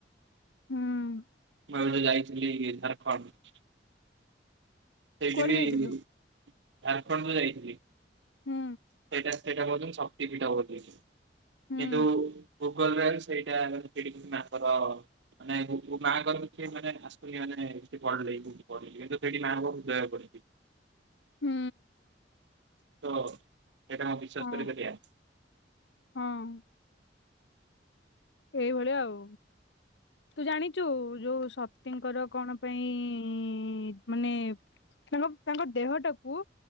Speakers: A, on the left; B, on the right.
A: ହୁଁ।
B: ମୁଁ ଏବେ ଯାଇଥିଲି ଝାଡ଼ଖଣ୍ଡ। ସେଇଠି
A: କୁଆଡେ
B: ବି
A: ଯାଇଥିଲୁ?
B: ଝାଡ଼ଖଣ୍ଡ କୁ ଯାଇଥିଲି।
A: ହୁଁ।
B: ସେଇଟା ସେଇଟା କହୁଛନ୍ତି ଶକ୍ତିପୀଠ ବୋଲି। କିନ୍ତୁ
A: ହୁଁ
B: ଗୁଗଲରେ ସେଇଟା ପ୍ରିଡିଙ୍ଗ୍ ମାଙ୍କର ମାନେ ମାଆଙ୍କର ବି କିଏ ମାନେ ଆସୁି ମାନେ ସେଠି ପଢିଲେଉଠି ପଢିଲି କିନ୍ତୁ ସେଠି ମାଆଙ୍କର ହୃଦୟ ପଡ଼ିଲି
A: ହୁଁ।
B: ତୋ ସେଇଟା କଣ ବିଶ୍ଵାସ
A: ହଁ
B: କରି ପାରିବା।
A: ହଁ ଏଇଭଳିଆ ଆଉ ତୁ ଜାଣିଚୁ ଯୋଉ କୋଉ ଶକ୍ତିଙ୍କର କଣ ପାଇଁ ଇ ମାନେ ତାଙ୍କ ତାଙ୍କ ଦେହଟାକୁ